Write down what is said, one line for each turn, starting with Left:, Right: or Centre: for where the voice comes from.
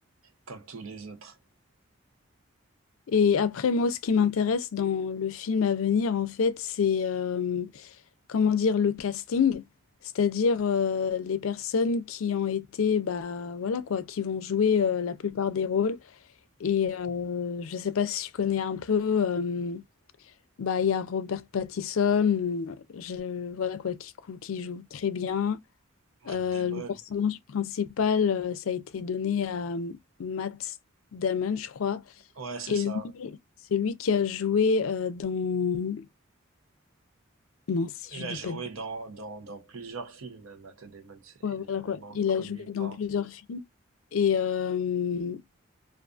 Right: comme tous les autres.
Left: Et après, moi, ce qui m'intéresse dans le film à venir, en fait, c'est euh, comment dire le casting, c'est-à-dire euh, les personnes qui ont été, bah voilà quoi, qui vont jouer euh, la plupart des rôles. Et euh, je sais pas si tu connais un peu. euh, Bah, il y a Robert Pattinson, euh, je, voilà quoi, qui, cou- qui joue très bien.
Right: Matt
Left: Euh,
Right: Damon.
Left: le personnage principal, euh, ça a été donné à euh, Matt Damon, je crois.
Right: Ouais, c'est
Left: Et
Right: ça.
Left: lui, c'est lui qui a joué euh, dans... Non, si
Right: Il
Left: je
Right: a
Left: dis
Right: joué
Left: pas de...
Right: dans, dans, dans plusieurs films, Matt Damon. c'est-
Left: Ouais,
Right: Il est
Left: voilà
Right: vraiment
Left: quoi. Il
Right: connu
Left: a joué dans
Right: par.
Left: plusieurs films. Et, euh,